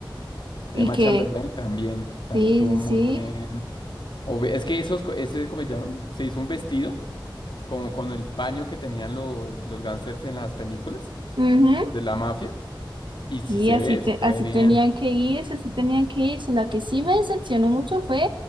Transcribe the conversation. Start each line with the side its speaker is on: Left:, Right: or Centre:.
Left: Emma
Right: Y que,
Left: Chamberlain también, también
Right: sí,
Left: tuvo
Right: sí,
Left: un
Right: sí.
Left: muy buen... obvi- Es que esos, co- ese, ¿cómo se llaman? Se hizo un vestido como con el paño que tenían los, los gángsters en las películas
Right: ujú,
Left: de la mafia, y sí
Right: Y
Left: se
Right: así,
Left: ve,
Right: te,
Left: sí se
Right: así
Left: ve bien.
Right: tenían que irse, así tenían que irse. La que sí me decepcionó mucho fue